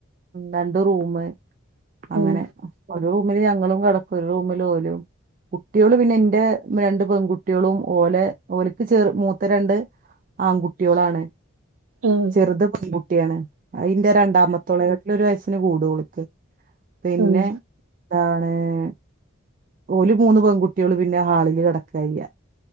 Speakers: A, on the right; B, on the right.
A: രണ്ടു റൂമ് അങ്ങനെ
B: ഉം
A: ഓരോ ഇന്നലെ രാവിലെ ങ്ങളും കടക്കും ഒരു റൂമിൽ ഓലും കുട്ടികള് പിന്നെ ന്റെ രണ്ട് പെൺകുട്ടികളും ഓല ഓലക്ക് ചെർ മൂത്ത രണ്ട് ആൺകുട്യോളാണ്
B: ഉം
A: ചെറുത് പെൺകുട്ടിയാണ് അയിന്റെ രണ്ടാമത്തോളെ ൻ്റെ ഒരു വയസ്സിന് കൂടും ഓൾക്ക് പിന്നെ
B: ഉം ഉം
A: ന്താ ഏഹ് ഓല് മൂന്ന് പെൺകുട്ടികള് പിന്നെ ഹാളില് കെടക്കാ ചെയ്യാ